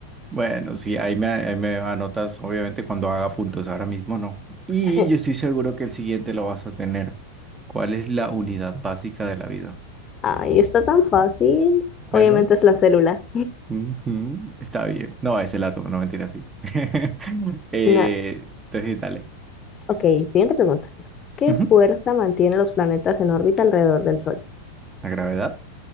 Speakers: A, on the right; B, on the left.
A: Bueno, sí, ahí me, ahí me anotas, obviamente, cuando haga puntos. Ahora mismo no. Y
B: <laughs>
A: yo estoy seguro que el siguiente lo vas a tener. ¿Cuál es la unidad básica de la vida?
B: Ay, está tan fácil.
A: ¿Verdad?
B: Obviamente es la célula.
A: Ujú, Está bien. No, ese la tomo, no mentira, sí. <laughs> Eh,
B: Na-
A: entonces, dale.
B: Ok, siguiente pregunta. ¿Qué
A: Ujú,
B: fuerza mantiene los planetas en órbita alrededor del Sol?
A: La gravedad